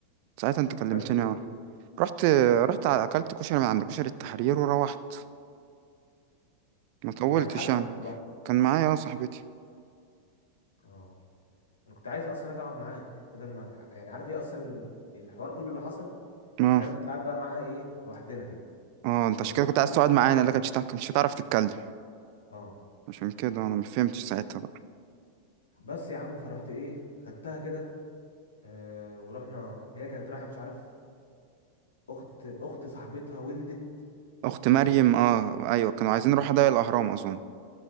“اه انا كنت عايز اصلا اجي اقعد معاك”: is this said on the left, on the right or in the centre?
Left